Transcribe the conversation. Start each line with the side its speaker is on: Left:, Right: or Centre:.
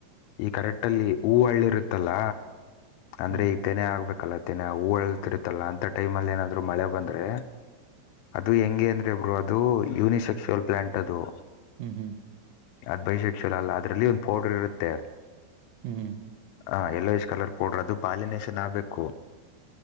Left: ಈ ಕರೆಕ್ಟ್ ಅಲ್ಲಿ ಹೂಳ್ಳಿ ಇರುತ್ತಲ್ಲ ಅಂದ್ರೆ
Right: ಹ್ಮ್
Left: ಈ ತೆನೆ ಆಗ್ಬೇಕಲ್ಲ ತೆನೆ ಹೂತಿರುತ್ತಲ್ಲ ಅಂತ ಟೈಮ್ ಅಲ್ಲಿ ಏನಾದ್ರು ಮಳೆ ಬಂದ್ರೆ ಅದು ಹೆಂಗೆ ಅಂದ್ರೆ ಬ್ರೋ ಅದು ಯೂನಿಸೆಕ್ಸುಲ್ ಪ್ಲಾಂಟ್ ಅದು
Right: ಹ್ಮ್ ಹ್ಮ್
Left: ಅದ್ ಬೀಸೆಕ್ಚುವಲ್ ಅಲ್ಲ ಅದ್ರಲ್ಲಿ ಒಂದು ಪೌಡರ್ ಇರುತ್ತೆ
Right: ಹ್ಮ್
Left: ಹ ಯೆಲ್ಲೋ ಇಶ್ ಕಲರ್ ಪೌಡ್ರರ್ ಅದು ಪಾಲಿನೇಷನ್ ಆಗ್ಬೇಕು